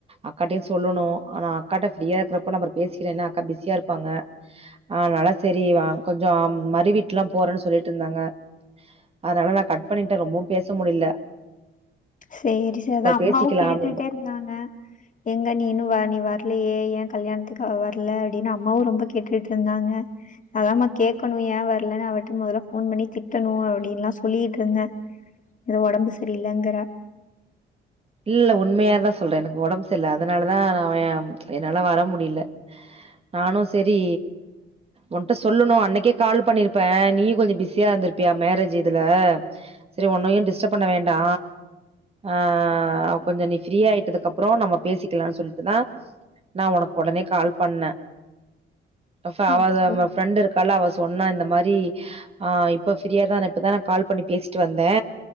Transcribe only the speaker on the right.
அக்காட்டயு சொல்லணு ஆனா அக்காட்ட ஃப்ரீயா இருக்கிறப்ப நா அப்பற பேசிக்கிறேன்னா அக்கா பிஸியா இருப்பாங்க அதனாலா செரி வாங் கொஞ்ச மறுவீட்லா போறேன்னு சொல்லிட்ருந்தாங்க அதனால நா கட் பண்ணிட்டே ரொம்பவு பேச முடிய்ல
பேசிக்கலா
அப்டின்
இல்ல உண்மயா தா சொல்றே எனக்கு ஒடம்பு செரில்ல அதனாலதா நா எ என்னால வர முடிய்ல நானு செரி ஓன்ட்ட சொல்லணு அன்னைக்கே கால் பண்ணிருப்பே நீ கொஞ்ச பிஸியா இருந்திருப்பியா மேரேஜ் இதுல செரி ஒன்னயு டிஸ்டர்ப் பண்ண வேண்டா ஆ ஆ கொஞ்ச நீ ஃப்ரீ ஆயிட்டதுக்கப்றோ நம்ம பேசிக்கலானு சொல்ட்டு தா நா ஒனக்கு ஒடனே கால் பண்ணே ஃபா அவ
அது அவ
ஃபிரெண்டு இருக் க்கலா அவ சொன்னா இந்த மாரி ஆ இப்ப ஃப்ரீயாதான இப்பதா நா கால் பண்ணி பேசிட்டு வந்தே